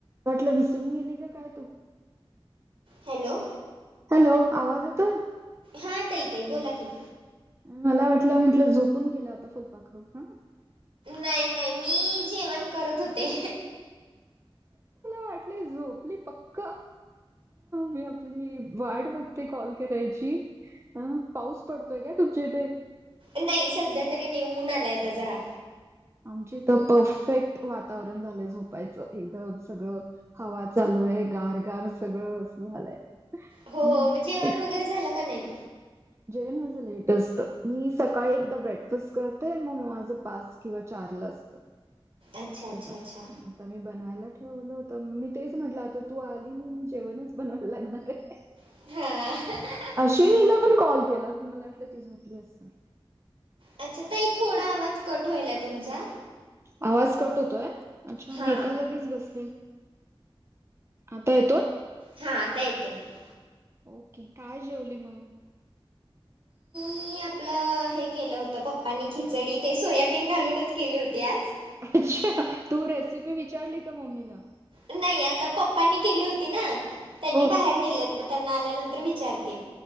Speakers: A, on the right; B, on the right.
A: वाटलं विसरून गेली काय तू.
B: हॅलो.
A: हॅलो आवाज येतोय.
B: हा तई तई बोला क.
A: मला वाटलं म्हंटलं झोपून गेलं आता फुलपाखरू हा.
B: नाही नाही मी जेवण करत होते.
A: वाट झोपली पक्का मी आपली वाट बघ- ते कॉल करायची अ पाऊस पडतोय का तुमच्या इथे.
B: नाही सध्या तरी नाही ऊन आलाय आता जरा
A: आमच इथ परफेक्ट वातावरण झालं झोपायचं एकदम सगळं. हवा चालू आहे गार गार सगळं अस झालंय.
B: हो
A: हं.
B: जेवण
A: ए,
B: वगैरे झालं का? नाही
A: जेवण माझं लेट असत मी सकाळी एकदा ब्रेकफस्ट करतेय मग माझं पाच. किंवा चारलं असत
B: अच्छा अच्छा
A: ते.
B: अच्छा
A: आता मी बनवायला ठेवल हो तर मी तेच म्हटलं आता तू आली ना जेवणच बनवायला लागणार आहे.
B: हा.
A: शनीला पण कॉल केलं मला वाटलं ती झोपली अस.
B: अच्छा तई थोडा आवाज कट होईल आहे तुमचा.
A: आवाज कट होतोय अच्छा
B: हां
A: मी एका जागीच बस आता येतो.
B: हां आता येतोय
A: ओके काय? जेवली मग
B: मी आपलं हे केलं होत पप्पांनी खिचडी ते सोयाबीन घालूनच केली होती आज.
A: अच्छा? तू रेसिपी विचारली का? मम्मीला.
B: नाही आता पप्पांनी केली होती ना त्यांनी
A: हो
B: बाहेर गेलेत मग त्यांना आल्यानंतर विचारते